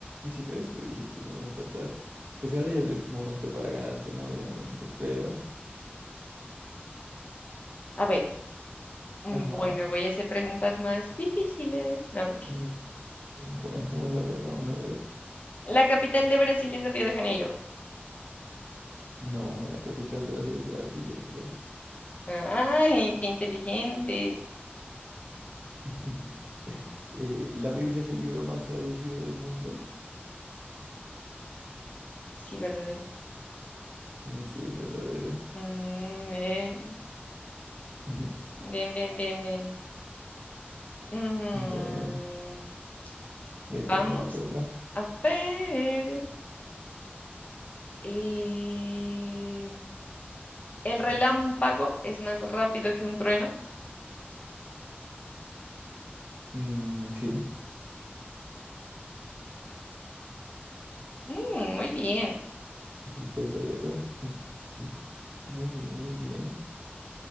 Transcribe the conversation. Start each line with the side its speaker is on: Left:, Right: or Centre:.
Right: Si ves, te dije que íbamos a empatar. Pues ahora ya es momento para ganarte, ¿no? Obviamente, pero...
Left: A ver, mm,
Right: Ajá.
Left: bueno, voy a hacer preguntas más difíciles. No, <laughs> mentira.
Right: Mm, Bueno, vamos a ver, vamos a ver.
Left: La capital de Brasil es Río de Janeiro.
Right: No, la capital de Brasil es Brasilia, creo.
Left: Ay, qué inteligente.
Right: <laughs> Eh, ¿la Biblia es el libro más traducido del mundo?
Left: Sí, verdadero.
Right: Mm, Sí, es verdadero.
Left: Mm, bien,
Right: <laughs>
Left: bien, bien, bien, bien. Mm,
Right: Bueno,
Left: vamos
Right: te toca, te toca.
Left: a ver. Eh, el relámpago es más rápido que un trueno.
Right: Mm, sí,
Left: Mm, muy bien,
Right: eso es verdadero. <laughs> Muy bien, muy bien.